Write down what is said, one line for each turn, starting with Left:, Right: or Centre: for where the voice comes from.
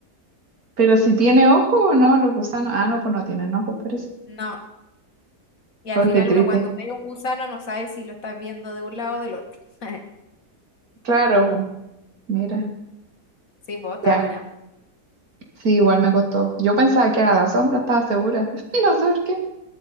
Right: Pero si tiene ojo o no, los gusanos. Ah, no, pues no tienen ojo, parece.
Left: No. Y al
Right: Ay,
Left: final
Right: qué triste.
Left: uno cuando ve un gusano no sabe si lo estás viendo de un lado o del otro. <laughs>
Right: Claro, mira.
Left: Sí, pues está
Right: Ya,
Left: buena.
Right: sí, igual me costó. Yo pensaba que era la sombra, estaba segura. <laughs> No sé por qué.